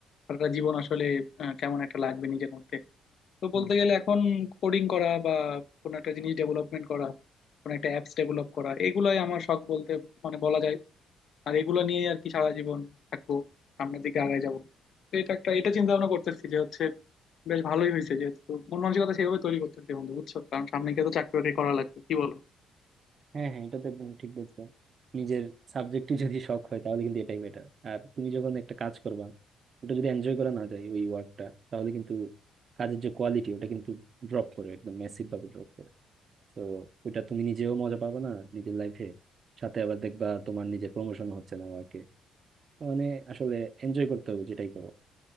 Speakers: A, on the left; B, on the right.
A: সারাটা জীবন আসলে আহ, কেমন একটা লাগবে নিজের মধ্যে তো
B: হুম।
A: বলতে গেলে এখন কোডিং করা বা কোনো একটা জিনিস ডেভেলপমেন্ট করা কোনো একটা অ্যাপস ডেভেলপ করা এগুলাই আমার শখ বলতে মানে বলা যায় আর এগুলো নিয়েই আর কি সারা জীবন থাকবো সামনের দিকে আগায় যাবো তো এটা একটা এটা চিন্তা ভাবনা করতেছি যে হচ্ছে বেশ ভালোই হয়েছে যেহেতু মন মানসিকতা সেভাবে তৈরি করতেছি বন্ধু বুঝছো কারণ সামনে গিয়ে তো চাকরি বাকরি করা লাগবে কি বলো
B: হ্যাঁ হ্যাঁ এটা তো একদম ঠিক বলছো নিজের সাবজেক্টই যদি শখ হয় তাহলে কিন্তু এটাই বেটার আর তুমি যখন একটা কাজ করবা ওটা যদি এনজয় করা না যায় ওই ওয়ার্কটা তাহলে কিন্তু কাজের যে কোয়ালিটি ওটা কিন্তু ড্রপ করে একদম ম্যাসিভ ভাবে ড্রপ করে তো ওটা তুমি নিজেও মজা পাবে না নিজের লাইফে সাথে আবার দেখবা তোমার নিজের প্রমোশন হচ্ছে না ওয়ার্কে মানে আসলে এনজয় করতে হবে যেটাই করো